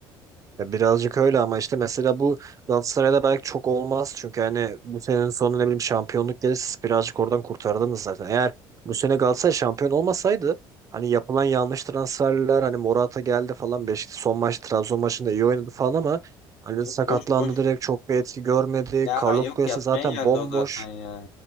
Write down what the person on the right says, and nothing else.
Ya birazcık öyle ama işte mesela bu Galatasaray'da belki çok olmaz. Çünkü hani bu senenin sonu ne bileyim şampiyonluk gelirse siz birazcık oradan kurtardınız zaten. Eğer bu sene Galatasaray şampiyon olmasaydı hani yapılan yanlış transferler hani Morata geldi falan Beşiktaş son maç Trabzon maçında iyi oynadı falan ama hani
sakatlandı
direkt çok bir etki görmedi.
Carlos
Kuyası
zaten
bomboş.